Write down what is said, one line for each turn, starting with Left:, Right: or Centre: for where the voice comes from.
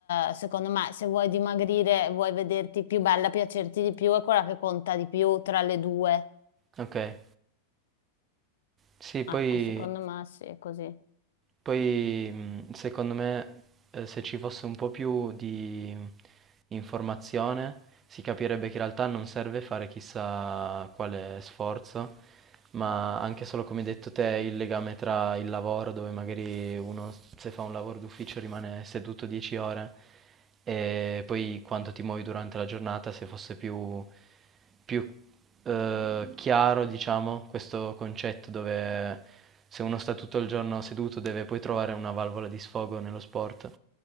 Left: eh, secondo me, se vuoi dimagrire, vuoi vederti più bella, piacerti di più, è quella che conta di più tra le due.
Right: ok. Sì, poi,
Left: Ecco, secondo me sì, è così.
Right: poi, mm, secondo me eh, se ci fosse un po' più di, informazione, si capirebbe che in realtà non serve fare chissà quale sforzo, ma anche solo come hai detto te il legame tra il lavoro, dove magari uno se fa un lavoro d'ufficio rimane seduto 10 ore, e poi quanto ti muovi durante la giornata, se fosse più, più eh, chiaro, diciamo, questo concetto dove se uno sta tutto il giorno seduto deve poi trovare una valvola di sfogo nello sport